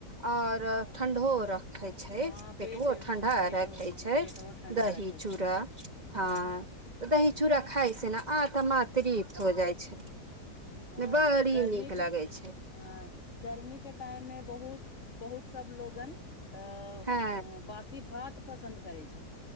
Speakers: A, on the right (about 25°); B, on the left (about 45°).
A: और ठंडो रखे छै
B: हँ पेट
A: पेटवोट। ठंडा
B: हँ पेट
A: रखे
B: हँ
A: छै
B: पेटवो ठण्डा
A: दही
B: रखे
A: चूड़ा
B: छै
A: हँ दही चूड़ा खााय से ने। आतमा तिरप हो जाइ छै।
B: हँ
A: बड़ी
B: गर्मी
A: नीक
B: के
A: लगै छै
B: हँ गर्मी के टाइम मे बहुत बहुत। सब लोगन। अ
A: हँ
B: बासी भात। पसन्द करै छै।